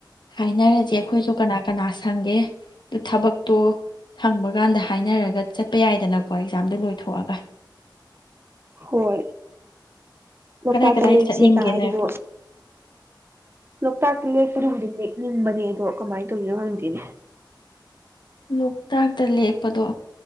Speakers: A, on the left (about 65°); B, on the right (about 30°).
A: ꯍꯥꯏꯅꯔꯁꯦ ꯑꯩꯈꯣꯏꯁꯨ ꯀꯅꯥ ꯀꯅꯥ ꯁꯪꯒꯦ ꯑꯗꯨ ꯊꯕꯛꯇꯣ ꯁꯪꯕ ꯀꯥꯟꯗ ꯍꯥꯏꯅꯔꯒ ꯆꯠꯄ ꯌꯥꯏꯗꯅꯀꯣ ꯑꯦꯛꯖꯥꯝꯗꯣ ꯂꯣꯏꯊꯣꯛꯑꯒ꯫
B: ꯍꯣꯏ ꯂꯣꯛꯇꯥꯛꯇ
A: ꯀꯗꯥꯏ ꯀꯗꯥꯏ
B: ꯂꯦꯛꯁꯦ
A: ꯆꯠꯅꯤꯡꯒꯦ
B: ꯀꯩꯏ ꯍꯥꯏꯔꯤꯗꯨꯕꯨ
A: ꯅꯣꯏꯕꯣ
B: ꯂꯣꯛꯇꯥꯛꯇ ꯂꯦꯛꯞꯗꯨ ꯂꯦꯛꯅꯤꯡꯕꯅꯦ ꯑꯗꯣ ꯀꯃꯥꯏꯅ ꯇꯧꯗꯣꯏꯅꯣ ꯍꯪꯗꯦꯅꯦ꯫
A: ꯂꯣꯛꯇꯥꯛꯇ ꯂꯦꯛꯄꯗꯣ